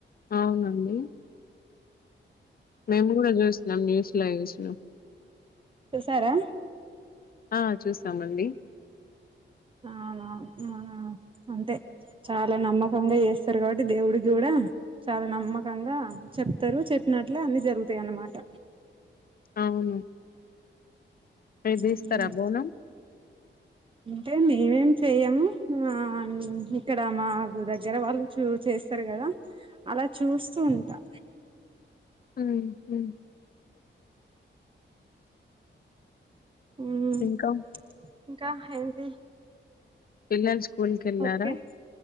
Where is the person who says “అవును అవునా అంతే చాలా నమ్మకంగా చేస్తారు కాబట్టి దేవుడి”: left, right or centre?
Right